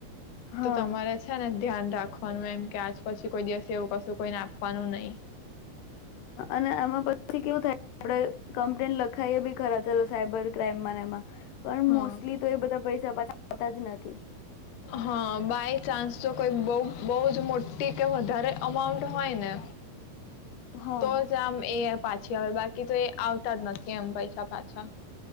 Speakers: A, on the left; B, on the left.
A: હા
B: તો તમારે છે ને ધ્યાન રાખવાનું એમ કે આજ પછી કોઈ દિવસે એવું કશું કોઈને આપવાનું નહીિ
A: અને આમાં પછી કેવું થાય આપડે કમ્પ્લેન લખાઈએ બી ખરા ચલો સાયબર ક્રાઈમ મને એમાં પણ
B: હા
A: મોસ્ટલી તો એ બધા પૈ જ આવતા જ નથી
B: હા બાય ચાન્સ તો કોઈ બ બહ જ મોટી કે વધારે અમાઉન્ટ હોય ને
A: હા
B: તો જામ એ પાછી હવે બાકી તો એ આવતા જ નથી એમ પૈસા પાછા